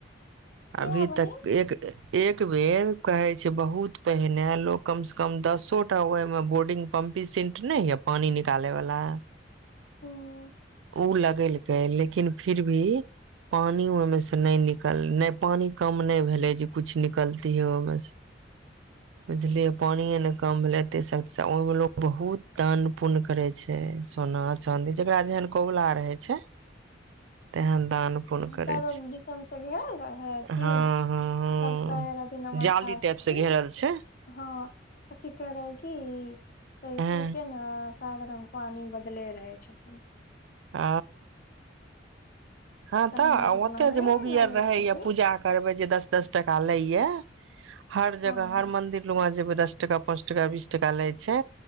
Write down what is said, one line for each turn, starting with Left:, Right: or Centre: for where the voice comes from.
Left: किया
Right: अभी
Left: बहिन
Right: तक एक एक बेर कहे छै बहुत पहिने लोग कम से कम दसो टा ओहि मे बोर्डिंग पम्पिंग सेंट नहि ह पानी निकाले वालला
Left: ह
Right: उ लगेलकय लेकिन फिर भी पानी ओहिमे से नहि निकल नहि पानि कम नहि भेलै जे कुछ निकलती हय ओ बस बुझलियए पानिे ने काम भेल लैते से ओहिमे लोको बहुत दान पुण्य करै छै सोना चाँदी जकरा जेहन कबुला रहै छै तेहन दान पुण्य करे
Left: चारो
Right: छै
Left: दिसन से घेरल रहहै ेथिन
Right: हँ हँ हँ
Left: सब कहे रहथिन हमर
Right: जाली
Left: साथी
Right: टाइप से घेरल छै
Left: हँ त की कह रहेै क सह
Right: हँ
Left: सुन के ने साात रंगग पानी बदले रहै छथिन
Right: ह हँ तऽ
Left: हमरा उतना
Right: ओते
Left: नहि
Right: जे मोगी
Left: नॉलेज
Right: आर रहे
Left: छथिन
Right: या पूजा करबे जे दस दस टाका लैय हर जगह
Left: हँ बहिन
Right: हर मंिर ल वहा जेबै दस टका पांच टका बीस टका लाई छै